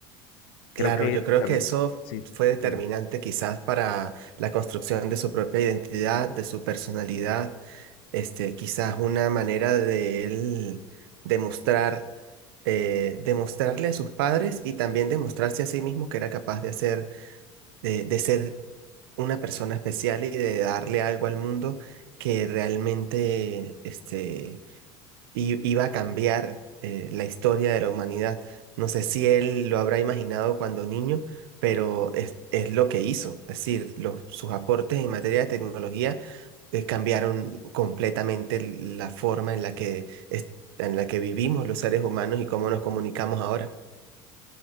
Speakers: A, on the right; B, on the left.
A: Claro,
B: creo que
A: yo creo
B: también,
A: que eso
B: sí,
A: fue determinante
B: dime,
A: quizás para la construcción de su propia identidad, de su personalidad, este, quizás una manera de él demostrar, eh, demostrarle a sus padres y también demostrarse a sí mismo que era capaz de hacer, de, de ser una persona especial y de darle algo al mundo que realmente, este, y iba a cambiar eh, la historia de la humanidad. No sé si él lo habrá imaginado cuando niño, pero es, es lo que hizo. Es decir, los, sus aportes en materia de tecnología eh, cambiaron completamente l- la forma en la que, es- en la que vivimos los seres humanos y cómo nos comunicamos ahora.